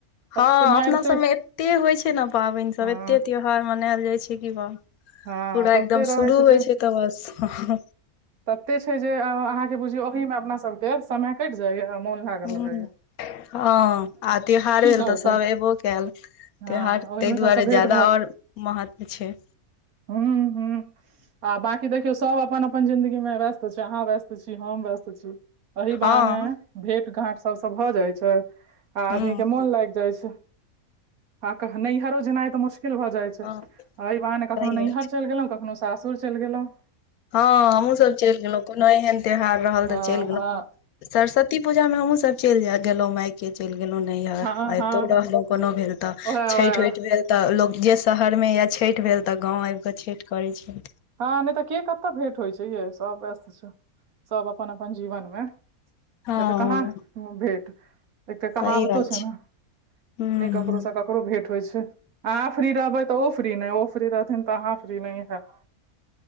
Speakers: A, on the right; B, on the left.
A: कते
B: हँ
A: जे मारिते
B: अपना सबमे एते होइ छै ने पाबनि सब
A: हँ
B: एते त्यौहार मनायल जाइ छै की बा
A: हँ
B: पूरा
A: तते
B: एकदम
A: रहै
B: शुरू होइ
A: जे
B: छै तऽ बस
A: तते छै जे अहाँके बुझियौ ओहि मे अपना सबके समय कटि जाइये आ मोन लागल
B: हुं।
A: रहैये
B: हँ आ त्योहार भेल
A: करतै
B: तऽ सभ एबो कैल त्यौहार
A: हँ ओहिमे
B: ताहि
A: सभसँ
B: दुआरे
A: भेँट
B: जादा आओर महत्व छै
A: हुँ हुँ आ बाँकी देखियौ सब अपन अपन जिन्दगी मे व्यस्त छै अहाँ व्यस्त छी हम व्यस्त छी अही बहाने
B: हँ
A: भेंट घाँट सब स भऽ जाइ छै आ आदमी
B: हूँ
A: के मोन लागि जाइ छै हँ कहि नैहरो जेनाइ तऽ मुश्किल भऽ जाइ छै
B: हँ
A: एहि बाहने कखनो
B: सही
A: नैहर
B: बात छै
A: सऽ चलि गेलौं कखनो सासुर चलि गेलौं
B: हँ हमहुँ सब चलि गेलौं कोनो एहन त्यौहार रहल
A: हँ
B: तऽ चलि
A: हँ
B: गेलौं सरसत ति पूजाँमे हमहुँ सब चलि जाय गेलौं माय के चलि गेलौं नैहर
A: हँ
B: आ
A: हँ
B: एतौ रहलौं कोनो भेल तऽ
A: ओएह
B: छठि
A: ओएह
B: वैठ भेल तऽ लोक जे शहरमे या छैठ भेल तऽ गाँव आएब कऽ छैठ करै छै
A: हँ नय तऽ के कतऽ भेंट होइ छै ये सब व्यस्त छै सब अपन-अपन जीवन मे
B: हँ
A: नय तऽ कहाँ भेट एकटा कहावतो
B: सही बात
A: छै नऽ
B: हूँ
A: नय
B: हूँ
A: ककरो से ककरो भेंट होइ छै अहाँ फ्री रहबै तऽ ओ फ्री नय ओ फ्री रहथिन तऽ अहाँ फ्री नय हैब